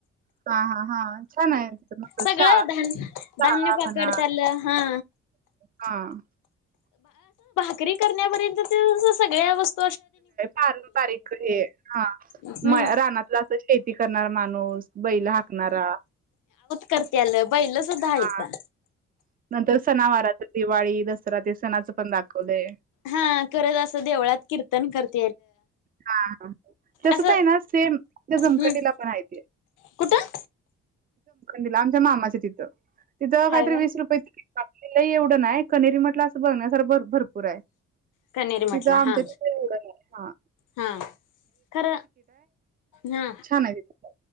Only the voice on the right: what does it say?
'हा हा हा छान आहे
शाळा
मना
हा'
पारंपारिक हे हा
म रानातलं असं शेती- हे करणार माणूस- बैला हाकणारा-
हां, नंतर सनावार दिवाळी दस दरात सणाचं पण दाखवलेय.
हा तसच
आहे ना सेम झमकडीला
पण आहे ते
दिला आमच्या मामाच तिथं तिथं
काही वीस रुपये तिकीट आपल्याव कनेरी मटला असं बघण्या सारख भर भरपूर आहे.
तिथं आमच्या
त एवढं हा
छान आहे तिथं.